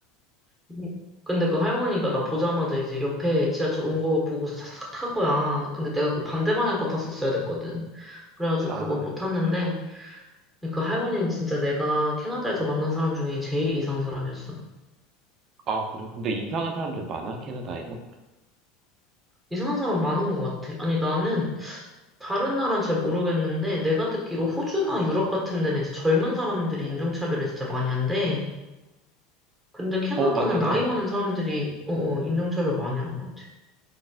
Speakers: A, in the centre; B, on the right.
A: 네. 근데 그 할머니가 나 보자마자 이제 옆에 지하철 온 거 보고서 사삭 탄 거야. 근데 내가 그 반대 방향 거 탔었어야 됐거든. 그래가지고
B: 아,
A: 그거 못 탔는데 그 할머니는 진짜 내가 캐나다에서 만난 사람 중에 제일 이상한 사람이었어.
B: 아, 그래. 근데 이상한 사람들 많아, 캐나다에서?
A: 이상한 사람 많은 것 같아. 아니, 나는 다른 나라는 잘 모르겠는데, 내가 듣기로 호주나 유럽 같은 데는 이제 젊은 사람들이 인종차별을 진짜 많이 한대. 근데 캐나다는
B: 어, 맞아.
A: 나이
B: 나,
A: 많은 사람들이, 어어, 인종차별 많이 한 것 같아.